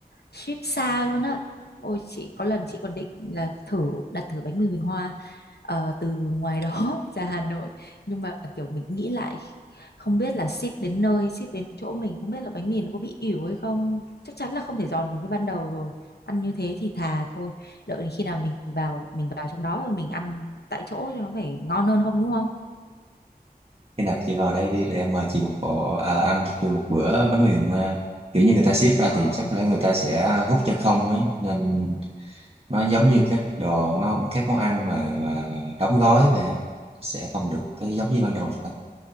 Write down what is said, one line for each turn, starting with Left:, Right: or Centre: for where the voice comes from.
Left: ship xa luôn á ôi chị có lần chị còn định là thử đặt thử bánh mì Huỳnh Hoa ờ, từ ngoài đó <laughs> ra Hà Nội nhưng mà kiểu mình nghĩ lại không biết là ship đến nơi ship đến chỗ mình không biết là bánh mì nó có bị ỉu hay không chắc chắn là không thể giòn được như ban đầu rồi ăn như thế thì thà thôi đợi đến khi nào mình vào mình vào trong đó rồi mình ăn tại chỗ cho nó phải ngon hơn không đúng không
Right: khi nào chị vào đây đi rồi em mời chị một bộ à, ăn chị một bữa bánh mì mà kiểu như người ta xếp ra
Left: Ờ.
Right: thì chắc có lẽ người ta sẽ hút chân không ấy nên nó giống như các đồ nó các món ăn mà, mà đóng gói mà sẽ không được cái giống như ban đầu